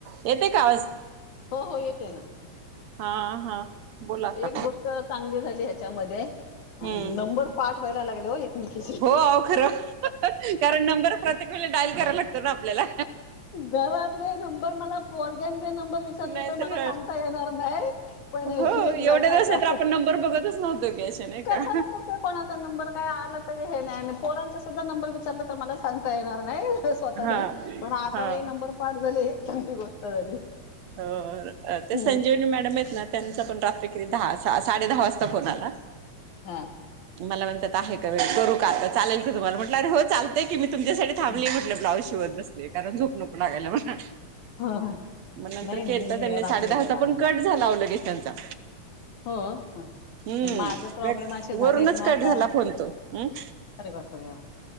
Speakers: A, on the right (about 70°); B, on the left (about 80°).
A: येतय का आवाज?
B: हो हो येते ना
A: हा हा बोला आता
B: एक गोष्ट चांगली झाली ह्याच्यामध्ये
A: हम्म
B: नंबर पाठवा्हायला लागले हो एकमेकीची.
A: हो अहो खरं कारण नंबर प्रत्येक वेला डाईल करायला लागतो ना आपल्याला.
B: घरातले नंबर मला पर्ग्यांचे नंबर विचारले
A: नाहीतर
B: मला सांगता येणार नाही
A: हो
B: एक
A: एवढ्या
B: जण
A: दिवस
B: आता
A: नाही तर आपण नंबर बघतच नव्हतो की असे नाही का
B: स <inaudible> कोणाचा नंबर काय आला तरी हे नाही आणि पोरांचा सुद्धा नंबर विचारला तर मला सांगता येणार नाही. स्वतः
A: हा
B: पण आता
A: हा
B: नंबर पाठ झाले, एक चांगली गोष्ट झाली.
A: हं ते
B: हम्म.
A: संजीवनी मॅडम आहेत ना, त्यांचा पण रात्री क दहा साडे वाजता फोन आला.
B: हा
A: मला म्हणतात आहे का वेळ करू का आता चाल का तुम्हाला अरे हो चालतय की मी तुमच्यासाठी थांबली
B: हा,
A: म्हटलं ब्लाउज शिवत बसली कारण झोप नको लागायला म्हणलं.
B: हो हा
A: मग नंतर
B: नाही मी
A: केलता त्यांनी
B: रात्री
A: साडे दहाचा
B: जरा आला
A: पण
B: असते
A: कट झाला अव लगेच त्यांचा.
B: हो हा
A: हम्म
B: नाही माझे प्रॉब्लेम
A: कट
B: असे
A: वरूनच
B: झालेत ना
A: कट
B: का
A: झाला फोन तो, हम्म
B: अरे बापरे! हां.